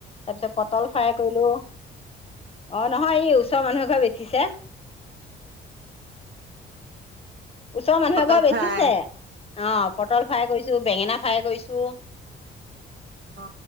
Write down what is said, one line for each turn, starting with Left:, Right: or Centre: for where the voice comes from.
Left: তাৰ পিছত পটল ফ্ৰাই কৰিলোঁ। অ' নহয় এই ওচৰৰ মানুহে এঘৰে বেচি। হিছে। ওচৰ মানুহ
Right: পটল
Left: এঘয়ে বেচিছে।
Right: ফ্ৰাই
Left: অ' পটল ফ্ৰাই কইছো। বেঙেনা ফ্ৰাই কৰিছোঁ।
Right: অ